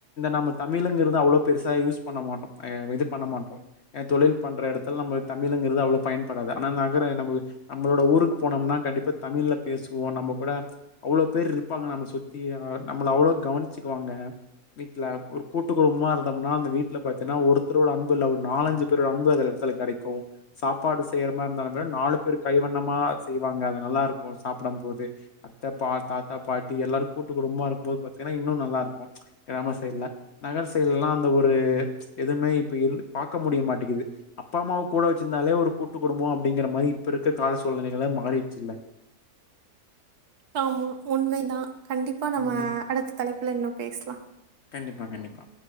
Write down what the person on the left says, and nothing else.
நம்ம தமிழ்ங்க அவ்வளோக் பெருசா யூஸ் பண்ண மாட்டோம் இது பண்ண மாட்டோம் தொழில் பண்ற இடத்தில் நம தமிழ்ங்கிறது அவ்வளவு பயன்படா ஆனா நகரம் நம்மளோட ஊருக்கு போனோம்னா கண்டிப்பா தமிழ்ல பேசுவோம் நம்ம கூட அவ்வளவு பேர் இருப்பாங்க நம்ம சுத்தி நம்மள அவ்ளோ கவனிச்சுக்குவாங்க வீட்டுல ஒரு கூட்டுக்கு குடும்பமா இருந்தோம்னா அந்த வீட்டுல பாத்தீங்கன்னா ஒருத்தரோட அன்பு இல்ல ஒரு நாலஞ்சு பேரோட அன்பு எங்களுக்கு கிடைக்கும் சாப்பாடு செய்யற மாதிரி இருந்த நாலு பேர் கைவண்ணமா செய்வாங்க அத நல்லா இருக்கு சாப்பிடம் போதே அத்தை பா தாத்தா பாட்டி எல்லாரு கூட்டு குடும்பமா இருக்கும்போது பாத்தீங்கன்னா இன்னு நல்லா இரு கிராம சைட்ல நகர் செயல்லா அந்த ஒரு எதுவுமே இப்ப இரு பாக்க முடிய மாட்டேங்கிது அப்பா அம்மாவ கூட வச் ச்சிதாலே ஒரு கூட்டு குடும்ப அப்டிங்கிற மாரி இப்ப இருக்க கால சூழ்நிலைகல மாறிடுச்சுல்ல
ம்
கண்டிப்பா கண்டிப்பா